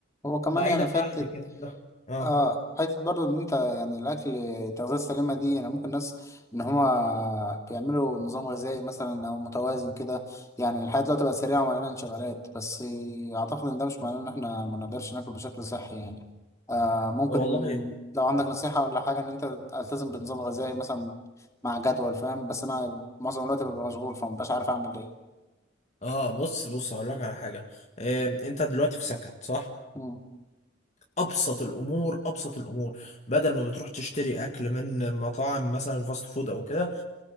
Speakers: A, on the left (about 15°); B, on the left (about 35°).
A: هو كمان
B: بعيدا
A: يعني فكرة
B: بقى عن الكلام ده اه آه
A: اه حته برضو ان انت يعني الاكل التغذيه السليمه دي يعني ممكن ناس ان هما بيعملوا نظام غذائي مثلا او متوازن كده يعني الحياه دلوقتي بقت سريعه ومليانه انشغالات بس اعتقد ان ده مش معناه ان احنا ما نقدرش ناكل بشكل صحي يعني آه ممكن
B: والله
A: لو عندك نصيحه ولا حاجه ان انت التزم بنظام غذائي مثلا مع جدول فاهم بس انا معظم الوقت ببقى مشغول فمبقاش عارف اعمل ايه
B: اه بص بص هقول لك على حاجه آه، انت دلوقتي في سكن صح
A: مم.
B: ابسط الامور ابسط الامور بدل ما بتروح تشتري اكل من مطاعم مثلا فاست فود او كده